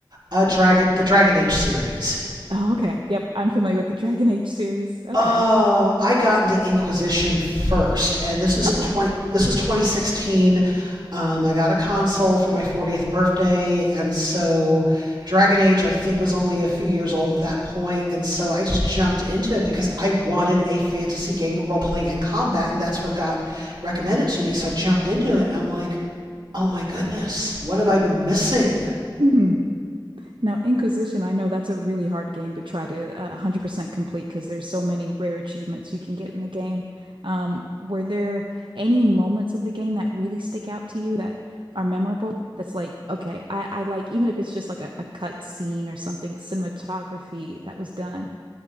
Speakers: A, on the right; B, on the right.
A: Uh, Dragon, the Dragon Age series.
B: Oh, okay. Yep, I'm familiar with the Dragon Age series. Okay.
A: Oh, I got into Inquisition first, and this is
B: Okay.
A: a twenty. This is 2016. Um, I got a console for my 40th birthday, and so Dragon Age I think was only a few years old at that point, and so I just jumped into it because I wanted a fantasy game with role playing and combat, and that's what got recommended to me. So I jumped into it. And I'm like, oh my goodness, what have I been missing?
B: Mhm. Now, Inquisition, I know that's a really hard game to try to uh, 100% complete because there's so many rare achievements you can get in the game. Um, were there any moments of the game that really stick out to you that are memorable? That's like, okay, I, I like, even if it's just like a, a cut scene or something, cinematography that was done.